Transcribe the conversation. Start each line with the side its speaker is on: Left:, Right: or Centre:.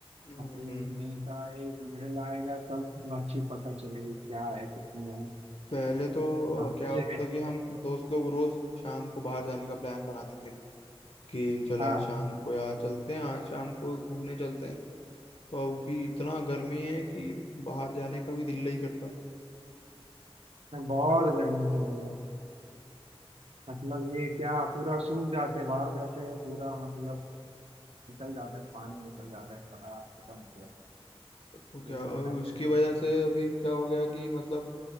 Left: हम्म
Right: अप्रैल मई का एक मिडल आएगा तब अच्छी पता चलेगी क्या है कितनी है
Left: पहले तो
Right: अभी
Left: क्या होता
Right: ये
Left: था कि हम दोस्त लोग रोज शाम को बाहर जाने का प्लान बनाते थे कि चलो
Right: हाँ
Left: आज शाम को यार चलते हैं आज शाम को घूमने चलते हैं तो अभी इतना गर्मी है कि बाहर जाने का भी दिल नहीं करता
Right: तो बहुत गर्मी चल रही है मतलब ये क्या पूरा सूख जाते बाहर जाते हैं पूरा मतलब निकल जाता है पानी निकल जाता है बड़ा खत्म हो जाता है
Left: तो क्या
Right: तो ये हाइड्रेट
Left: उसकी
Right: सकती
Left: वजह से
Right: है
Left: अभी क्या हो गया कि मतलब